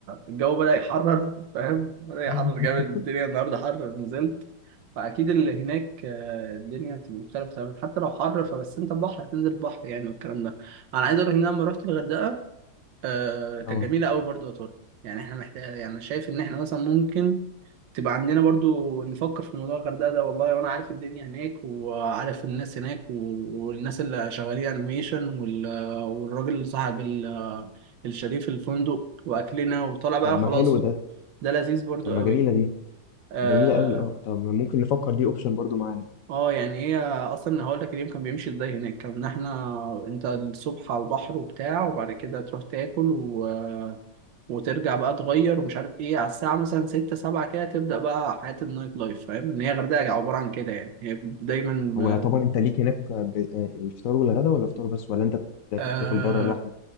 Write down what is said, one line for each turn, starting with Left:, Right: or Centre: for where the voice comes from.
Right: الجو بدأ يحرر فاهم بدأ يحرر
Left: <laughs>
Right: جامد الدنيا النهارده حر نزلت فاكيد اللي هناك آه، الدنيا بتبقى مختلفه تمام حتى لو حر فبس انت بحر هتنزل بحر يعني والكلام ده انا عايز اقول لك ان انا لما رحت الغردقه آه، كانت
Left: اه
Right: جميله قوي برضو يا طارق يعني احنا محتاج يعني شايف ان احنا مثلا ممكن تبقى عندنا برضو نفكر في موضوع الغردقة ده والله وانا عارف الدنيا هناك وعارف الناس هناك و- والناس اللي شغالين انيميشن وال... والراجل اللي صاحب ال... الشريف الفندق واكلنا وطالع بقى
Left: طب ما
Right: خلاص
Left: حلو ده
Right: ده لذيذ برضو
Left: طب ما
Right: قوي
Left: جميله دي
Right: اه
Left: جميله قوي اه طب ما ممكن نفكر دي اوبشن برضو معانا
Right: آه، يعني هي اصلا هقول لك اليوم كان بيمشي ازاي هناك كان احنا انت الصبح على البحر وبتاع وبعد كده تروح تاكل و... وترجع بقى تغير ومش عارف ايه على الساعة مثلا ستة سبعة كده تبدأ بقى حياة النايت لايف فاهم ان هي غردقة عبارة عن كده يعني هي دايما
Left: هو يعتبر انت ليك هناك ب... آه، الفطار والغدا ولا فطار بس ولا انت بت-
Right: آه
Left: بتاكل بره لوحدك